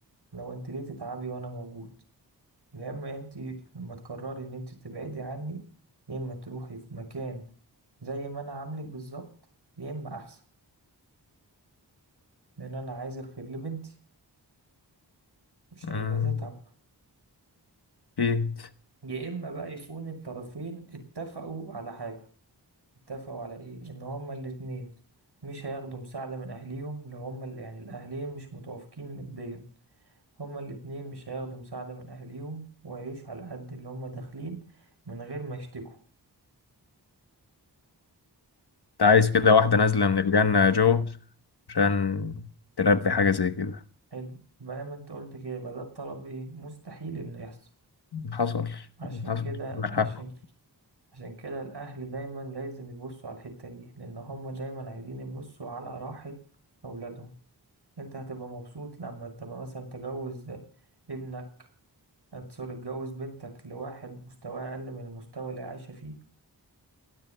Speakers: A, on the right; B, on the left.
A: لو أنت ليه تتعبي وأنا موجود يا إما أنت لما تقرري إن أنت تبعدي عني يا إما تروحي في مكان زي ما أنا عاملك بالظبط يا إما أحسن لأن أنا عايز الخير لبنتي مش عايزها
B: أمم،
A: تتعب
B: في
A: يا إما بقى يكون الطرفين اتفقوا على حاجة اتفقوا على إيه إن هما الاتنين مش هياخدوا مساعدة من أهليهم لو هما اللي يعني الأهلين مش متوافقين ماديا هما الاتنين مش هياخدوا مساعدة من أهليهم ويعيشوا على قد اللي هما داخلين من غير ما يشتكوا
B: أنت عايز كده واحدة نازلة من الجنة يا جو عشان تلبي حاجة زي كده
A: حلو بقى ما انت قلت كده يبقى ده الطلب ايه مستحيل انه يحصل
B: حصل
A: عشان
B: حصل
A: كده
B: عندك
A: عشان
B: حق
A: عشان كده الأهل دايما لازم يبصوا على الحتة دي لأن هما دايما عايزين يبصوا على راحة أولادهم انت هتبقى مبسوط لما تبقى مثلا تجوز ابنك سوري تجوز بنتك لواحد مستواه أقل من المستوى اللي هي عايشة فيه